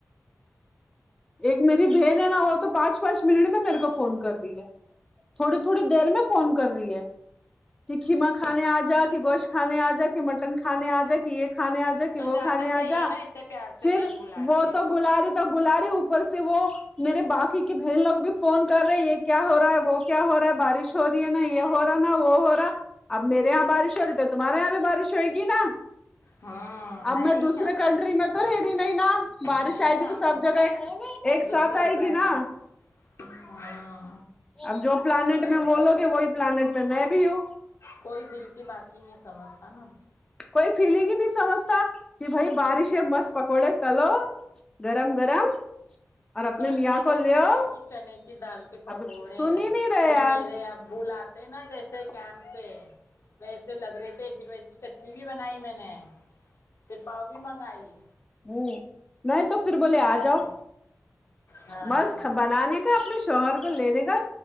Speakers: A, on the left (about 15°); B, on the left (about 60°).
A: ایک میری بہن ہے نا وہ تو پانچ پانچ منٹ میں میرے کو فون کر رہی ہے تھوڑی تھوڑی دیر میں فون کر رہی ہے کہ کھیمہ کھانے آ جا کہ گوشت کھانے آ جا کہ مٹن کھانے آ جا کہ ایک کھانے آ جا کہ
B: تو
A: وہ
B: جانا
A: کھانے آ
B: چاہیے
A: جا
B: نا اتنے پیار سے
A: پھر
B: بہن بلا رہی
A: وہ
B: ہے
A: تو بلا تو بلا رہے اوپر سے وہ میرے باقی کے بہن لوگ بھی فون کر رہے یہ کیا ہو رہا ہے وہ کیا ہو رہا ہے بارش ہو رہی ہے نا یہ ہورا ہے نا وہ ہو را اب میرے یہاں بارش ہو رہی ہے تو تمہارے یہاں بھی بارش ہوئیگی نا
B: ہاں
A: اب
B: نہیں
A: میں دوسرے
B: ہم لوگ
A: کنٹری میں تو رہ رہی نہیں نا بارش
B: نہیں
A: آئے
B: ہم
A: گی تو سب جگہ ایک ایک ساتھ
B: دوسرے
A: آئے
B: پلانٹ
A: گی نا
B: ہاں
A: اب جو پلانٹ
B: صحیح
A: میں
B: بات
A: وہ لوگ ہے وہی پلانٹ میں میں بھی ہوں
B: کوئی دل کی بات ہی نہیں سمجھتا نا
A: کوئی فیلنگ ہی نہیں سمجھتا کہ بھائی بارش ہے مست پکوڑے تلو گرم گرم اور اپنے
B: کل
A: میاں
B: میں
A: کو
B: نے
A: لیو
B: بنائی تھی چنے کی دال کے پکوڑے
A: اب سن ہی نہیں رہے
B: وہ
A: یار
B: میرے ابو لا تھے نا جیسے کیمپ سے ویسے لگ رہے تھے پھر ویسی چٹنی بھی بنائی میں نے پھر پاؤ بھی منگائی
A: ہوں نہیں تو پھر بولے
B: کھائی
A: آ جاؤ
B: ہاں
A: مست بنانے اپنے شوہر کو لینے کا